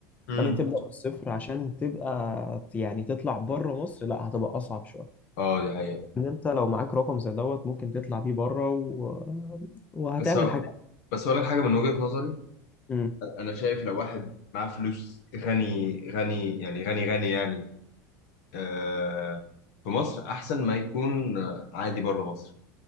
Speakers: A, on the left; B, on the left.
A: امم
B: لما تبدا من الصفر عشان تبقى يعني تطلع بره مصر لا هتبقى اصعب شويه
A: اه دي حقيقة
B: ان انت لو معاك رقم زي دوت ممكن تطلع بيه بره و... وهتعمل
A: بس هو-
B: حاجه
A: بس اقول لك حاجة من وجهة نظري
B: امم
A: انا شايف لو واحد معاه فلوس غني غني يعني غني غني يعني آه في مصر احسن ما يكون آه، عادي بره مصر